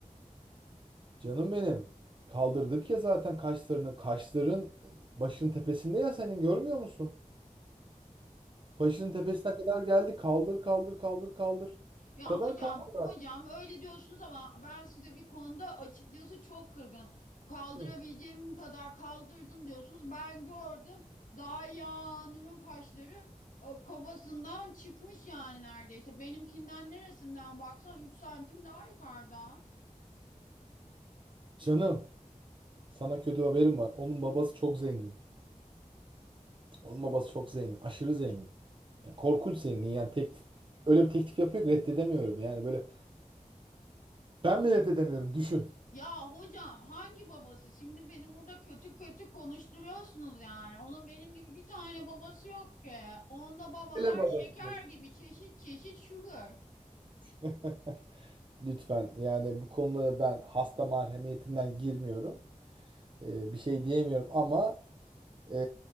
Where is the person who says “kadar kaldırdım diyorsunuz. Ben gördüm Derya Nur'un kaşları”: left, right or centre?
Left